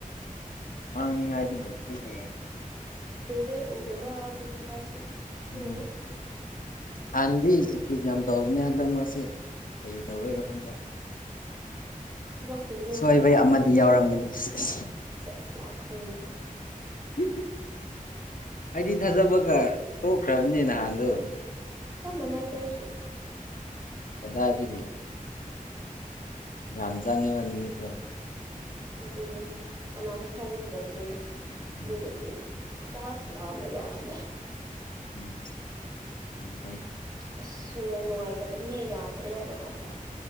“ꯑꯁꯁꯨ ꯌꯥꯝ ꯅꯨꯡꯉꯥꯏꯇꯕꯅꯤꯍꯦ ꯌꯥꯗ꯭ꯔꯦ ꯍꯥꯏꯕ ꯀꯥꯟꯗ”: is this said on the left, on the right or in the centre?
Right